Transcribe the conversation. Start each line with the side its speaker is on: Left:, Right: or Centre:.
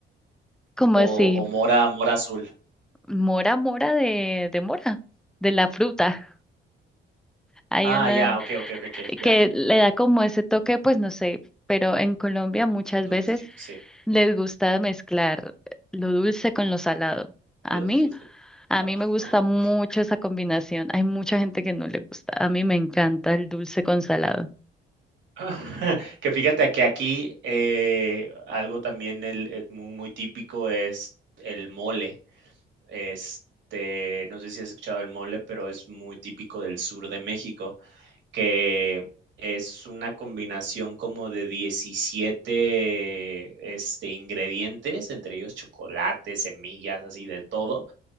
Centre: ¿cómo así?
Right: ¿O o mora mora azul?
Centre: Mora, mora de, de mora, de la fruta. Hay
Right: Ah,
Centre: una
Right: ya, okey, okey, okey, okey, ya.
Centre: que le da como ese toque, pues no sé, pero en Colombia muchas
Right: Dulcecito,
Centre: veces
Right: sí,
Centre: les gusta mezclar lo dulce con lo salado. A
Right: los
Centre: mí.
Right: dulces. Wow,
Centre: A mí me gusta
Right: no,
Centre: mucho
Right: hombre.
Centre: esa combinación. Hay mucha gente que no le gusta. A mí me encanta el dulce con salado.
Right: <laughs> Que fíjate que aquí, eh, algo también el eh, muy, muy típico es el mole. Este, no sé si has escuchado el mole, pero es muy típico del sur de México, que es una combinación como de diecisiete este, ingredientes, entre ellos chocolate, semillas, así de todo,